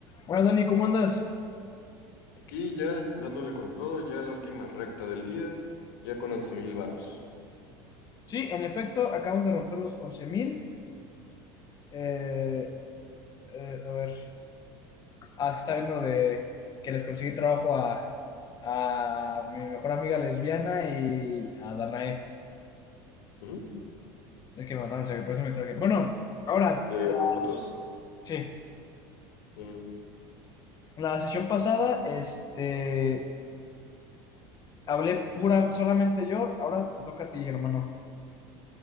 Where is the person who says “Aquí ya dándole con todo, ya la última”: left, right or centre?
Left